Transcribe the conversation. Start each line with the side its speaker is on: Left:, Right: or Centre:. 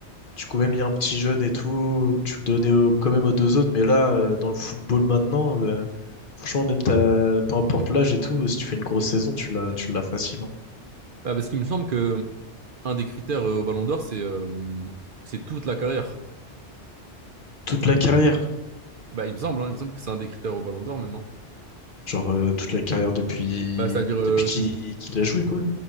Left: Du coup, même il y a un petit jeune et tout, tu le donnais au- quand même aux deux autres. Mais là, euh, dans le football maintenant, euh, franchement, même t'as, peu importe l'âge et tout, si tu fais une grosse saison, tu l'as, tu l'as facile. hein.
Right: Bah, parce qu'il me semble que un des critères euh, au Ballon d'Or, c'est euh, c'est toute la carrière.
Left: Toute la carrière.
Right: Bah, il me semble, hein, il me semble que c'est un des critères au Ballon d'Or maintenant.
Left: Genre, euh, toute la carrière depuis,
Right: Bah, c'est-à-dire euh,
Left: depuis qu'il
Right: tout,
Left: qu'il a joué, quoi.